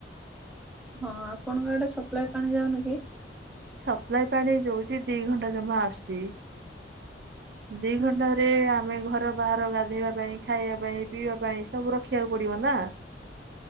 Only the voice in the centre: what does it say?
ହଁ ଆପଣଙ୍କ ଆଡ଼େ ସପ୍ଲାଏ ପାଣି ଯାଉନ କି?
ଆଚ୍ଛା